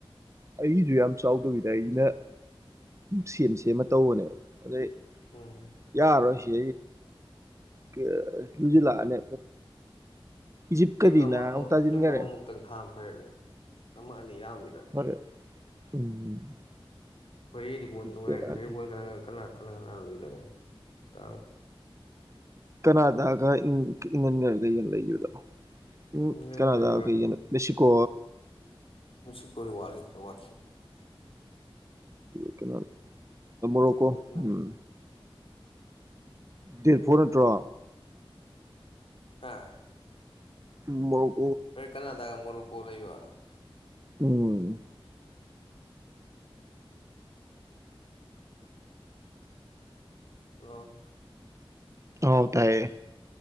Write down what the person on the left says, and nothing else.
ꯎꯝ
ꯇꯤꯝ ꯑꯃ
ꯑꯃ
ꯇꯤꯝ ꯑꯃꯃ ꯑꯃꯨꯛꯇꯪ ꯊꯥꯝ ꯐꯔꯦ ꯑꯗꯨ ꯑꯃ ꯑꯅꯤ ꯌꯥꯝꯃꯤꯗ
ꯍꯣꯔꯦꯟꯗꯤ ꯕꯣꯜ ꯅꯨꯡꯉꯥꯏꯦ
ꯍꯣꯔꯦꯟ ꯕꯣꯜ ꯀꯅꯥ ꯀꯅꯥ ꯀꯅꯥ ꯀꯅꯥ ꯂꯩꯣꯏꯦ ꯇ
ꯏꯪꯂꯦꯟꯒꯗꯤ
ꯃꯁꯤꯁꯤ ꯀ ꯀ
ꯍꯣꯔꯦꯟ ꯀꯅꯥꯒ
ꯑꯥ
ꯍꯣꯔꯦꯟ ꯀꯅꯥꯟ ꯇꯥꯒꯦ ꯃꯣꯔꯣꯀꯣ ꯂꯩꯕꯥ
ꯍꯜꯂꯣ